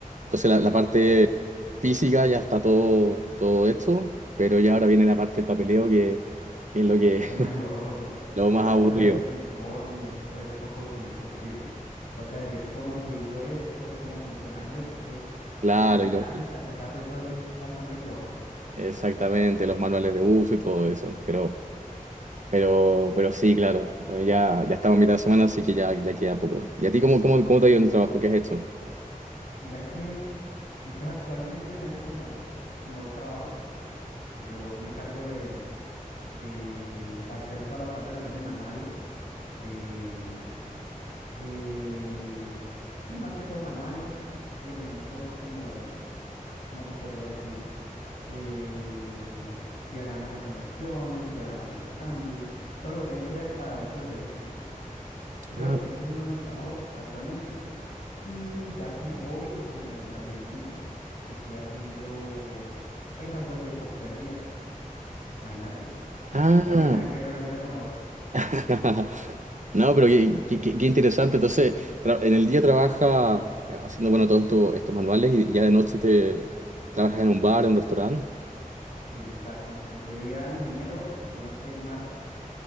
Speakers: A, on the right; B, on the left.
A: Entonces la, la parte
B: Vea, pues,
A: física ya está todo, todo hecho, pero ya ahora viene la parte del papeleo que, es lo que <laughs>
B: lo más engorroso.
A: lo
B: Sacar
A: más aburrido.
B: todo ese poco de informes, todo ese poco de documentos que toca decir cómo se hizo esto, cómo funciona esto.
A: Claro,
B: Sacar
A: y
B: gráficas,
A: lo-
B: sacar de todo eso es bastante engorroso.
A: exactamente, los manuales de uso y todo eso. Pero Pero, pero sí, claro. Bueno, ya, ya estamos a mitad de semana, así que ya, ya queda poco. ¿Y a ti cómo, cómo, cómo te ha ido en el trabajo? ¿Qué has hecho?
B: Mira que, pues, actualmente tengo como, como dos trabajos. Yo me encargo de, de hacer toda la parte también de manuales, de, mm, eh, sí, más que todo manuales y elementos como, ¿cómo te podría decir? Eh, diagramas de conexiones, diagramas de ensamble, todo lo que tiene que ver para vehículos eléctricos. Eso
A: Ah,
B: es lo que, eso es uno de mis trabajos actualmente. Y ya como hobby o como emprendimiento, estoy haciendo pues algo así de coctelería, imagínate.
A: Ah,
B: No tiene nada que ver una cosa con la otra.
A: <laughs> no, pero qué, qué- qué- qué interesante. Entonces, tra- en el día trabaja eh, haciendo, bueno, todos estos, estos manuales y ya de noche te trabajas en un bar, en un restaurante.
B: Sí, o sea, como que de día ingeniero, de noche Marta.